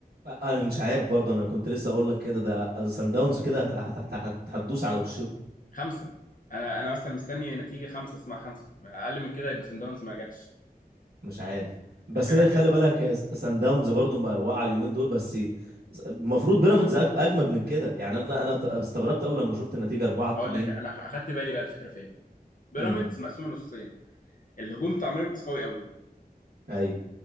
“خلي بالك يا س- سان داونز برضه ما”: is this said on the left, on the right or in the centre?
Right